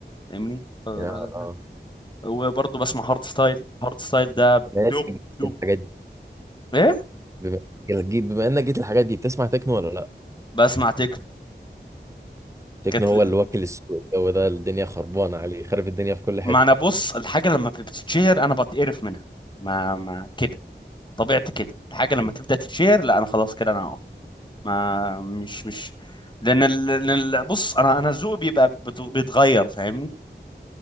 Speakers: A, on the left; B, on the right.
A: فاهمني فغالبا-
B: يا آه.
A: وبرضه بسمع هارت ستايل هارت ستايل ده
B: بما
A: دوب
B: إنك
A: دوب
B: جيت الحاجات دي
A: ايه
B: بما جيت- بما انك جيت الحاجات دي بتسمع تكنو ولا لا
A: بسمع تكنو
B: تكنو
A: كانت ل-
B: هو اللي واكل السوق هو ده الدنيا خربانه عليه خرب الدنيا في كل حته
A: ما انا بص الحاجه لما بتتشهر انا بتقرف منها ما ما كده طبيعتي كده الحاجه لما تبدا تتشهر لا انا خلاص كده انا هقف ما مش مش لان ال... لأن ال- بص انا انا ذوقي بيبقى بت- بيتغير فاهمني